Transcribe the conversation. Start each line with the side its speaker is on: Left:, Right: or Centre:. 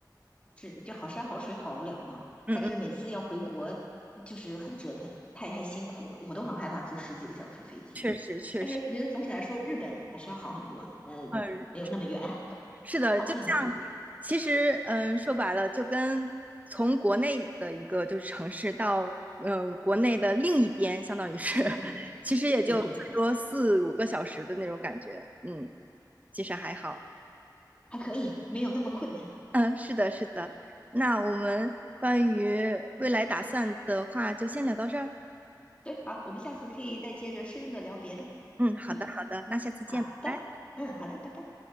Left: 是就好山好水好无聊嘛，
Right: 嗯嗯，
Left: 但是每次要回国就是很折腾，太太辛苦了，我都很害怕坐十几个小时飞机，
Right: 确实确实，
Left: 但是我觉得总体来说日本还是要好很多啊，呃，
Right: 嗯，
Left: 没有那么远，<laughs>
Right: 是的，
Left: 方便很多，
Right: 就像其实，嗯，说白了，就跟从国内的一个就是城市到嗯国内的另一边，相当于是，<laughs>
Left: 嗯，
Right: 其实也就最多四五个小时的那种感觉，
Left: 对对，
Right: 嗯，其实还好。
Left: 还可以，没有那么困难。
Right: 嗯，是的，是的。那我们关于未来打算的话，就先聊到这儿。
Left: 对，好，我们下次可以再接着深入的聊别的。
Right: 嗯，好的，
Left: 嗯，
Right: 好的，那下次见，
Left: 好的，
Right: 拜拜。
Left: 嗯，好的，拜拜。